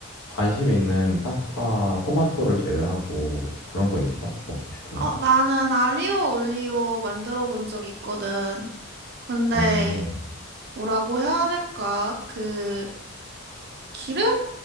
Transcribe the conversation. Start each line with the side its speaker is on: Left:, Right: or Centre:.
Left: 관심 있는 파스타, 토마토를 제외하고 그런 거 있어? 먹고 싶은
Right: 어,
Left: 거?
Right: 나는 알리오 올리오 만들어 본 적 있거든. 근데,
Left: 음,
Right: 뭐라고 해야 될까? 그, 기름?